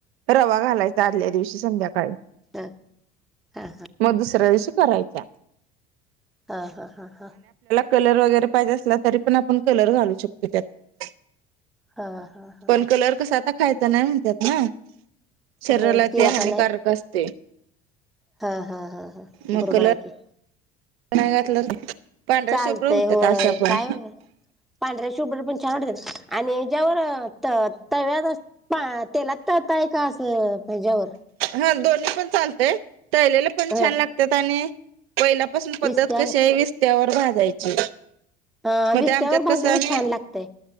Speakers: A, on the right; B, in the centre.
A: रवा घालायचा आदल्या दिवशी संध्याकाळी
B: हा हा
A: मग दुसऱ्या दिवशी करायच्या
B: हा हा हा हा
A: कलर वगैरे पाहिजे असला तरी पण आपण कलर घालू शकतो त्यात
B: हा हा हा
A: पण कलर कसा आता खायचा नाही म्हणतत ना शरीराला
B: होयच की
A: ते
B: आता
A: हानिकारक
B: नाही
A: असते
B: हा हा हा हा
A: मग
B: बरोबर
A: कलर
B: हाय की
A: नाही घातलं पांढऱ्या
B: चालतंय
A: शुभ्र होत्यात
B: होय
A: अशा पण
B: काय पांढऱ्या शुभ्र पण छान वाटत आणि ज्यावर त तव्यात तेलात तळताय का असं ज्यावर
A: हा दोन्ही पण चालतय तळलेले पण
B: ह
A: छान लागतात आणि पहिल्यापासून पद्धत
B: विस्त्यावर
A: कशी आहे विस्त्यावर भाजायची
B: हा
A: मग
B: विस्त्यावर
A: ते आमच्यात कसं
B: भाजलेलं
A: आम्ही
B: छान लागतय